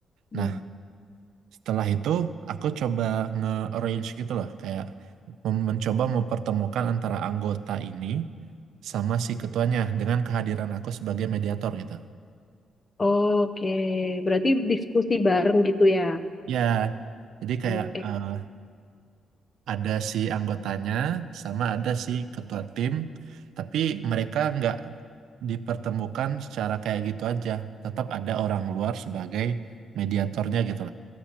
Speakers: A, on the left; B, on the right.
A: hmm.
B: Nah, setelah itu aku coba nge-arrange gitu loh, kayak mem- mencoba mempertemukan antara anggota ini sama si ketuanya dengan kehadiran aku sebagai mediator gitu.
A: Oke, berarti diskusi bareng gitu ya.
B: Ya, jadi kayak
A: Oke.
B: eh, ada si anggotanya sama ada si ketua tim, tapi mereka nggak dipertemukan secara kayak gitu aja. Tetap ada orang luar sebagai mediatornya gitu